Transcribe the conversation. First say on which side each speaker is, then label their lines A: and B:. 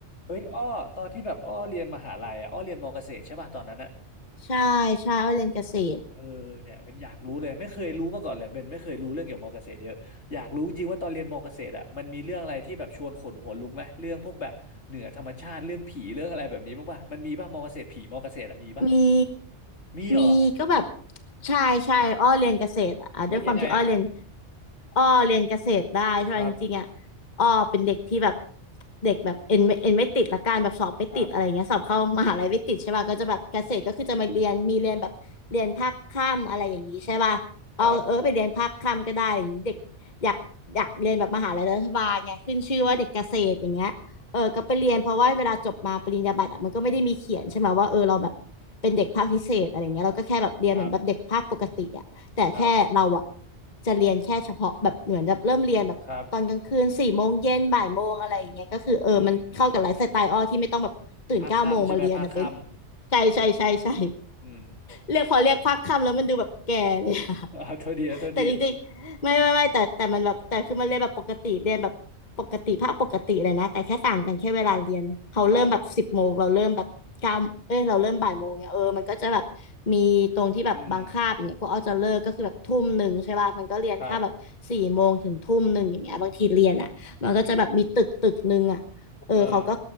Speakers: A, on the left; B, on the left.
A: เอ้ยอ้อตอนที่แบบอ้อเรียนมหาลัยอ่ะอ้อเรียนมอเกษตรใช่ป่ะตอนนั้นอ่ะ
B: ใช่ใช่อ้อยเรียนเกษตร
A: เออเนี่ยเป็นอยากรู้เลยไม่เคยรู้มาก่อนเลยเป็นไม่เคยรู้เรื่องเกี่ยวกับมอเกษตรเยอะอยากรู้จริงๆว่าตอนเรียนมอเกษตรอ่ะมันมีเรื่องอะไรที่แบบชวนขนหัวลุกไหมเรื่องพวกแบบเหนือธรรมชาติเรื่องผีเรื่องอะไรแบบนี้บ้างป่ะมันมีป่ะมอเกษตรผีมอเกษตรอะมีป่ะ
B: มี
A: มีเหรอ
B: มีก็แบบใช่ใช่อ้อเรียนเกษตรอ่ะอ่ะด้วยความที่อ้อเรียน
A: มันเป็นยังไงอ่ะ
B: อ้อเรียนเกษตรได้ใช่ไหมจริงๆอ่ะ
A: ครับ
B: อ้อเป็นเด็กที่แบบเด็กแบบเอ็นไม่เอ็นไม่ติดละกันแบบสอบไม่ติดอะไรเงี้ยสอบเข้ามหาลัยไม่ติดใช่ป่ะก็จะแบบเกษตรก็คือจะมาเรียนมีเรียนแบบเรียนภาคค่ำอะไรอย่างนี้ใช่ป่ะเอาเออไปเรียนภาคค่ำก็ได้อะไรอย่างนี้เด็กอยากอยากเรียนแบบมหาลัยรัฐบาลเงขึ้นชื่อว่าเด็กเกษตรอย่างเงี้ยเออก็ไปเรียนเพราะว่าเวลาจบมาปริญญาบัตรอะมันก็ไม่ได้มีเขียนใช่ไหมว่าเออเราแบบเป็นเด็กภาคพิเศษอะไรเงี้ยเราก็แค่แบบเรียนเหมือนแบบเด็กภาคปกติอ่ะ
A: ครับครับครับ
B: แต่แค่เราอะ
A: ครับ
B: จะเรียนแค่เฉพาะแบบเหมือนแบบเริ่มเรียนแบบตอนกลางคืนสี่โมงเย็นบ่ายโมงอะไรอย่างเงี้ยก็คือเออมันเข้ากับไลฟ์สไตล์อ้อที่ไม่ต้องแบบตื่นเก้าโมงมาเรียนนะเบน
A: ครับอืมอืมภาคค่ำใช่ไหมภาคค่
B: ใช่ใช่ใช่ใช่
A: ำอืม
B: เรียกพอเรียกพักค่ำแล้วมันดูแบบแก่เลยอะ
A: <laughs> อ่าโทษดีนะโทษดี
B: <laughs> แต่จริงๆไม่ไม่ไม่แต่แต่มันแบบแต่คือมันเรียนแบบปกติเรียนแบบปกติภาคปกติเลยนะแต่แค่ต่างกันแค่เวลาเรียนเขาเริ่มแบบสิบโมงเราเริ่มแบบเก้าเอ้ยเราเริ่มบ่ายโมงเนี่ยเออมันก็จะแบบมีตรงที่แบบบางคาบอย่างเงี้ยก็เอาจะเลิกก็คือแบบทุ่มหนึ่งใช่ป่ะมันก็เรียนแค่แบบสี่โมงถึงทุ่มหนึ่งอย่างเงี้ยบางทีเรียนอ่ะมันก็จะแบบมีตึกตึกหนึ่งอ่ะเออเขาก็
A: ครับอืมครับ เออ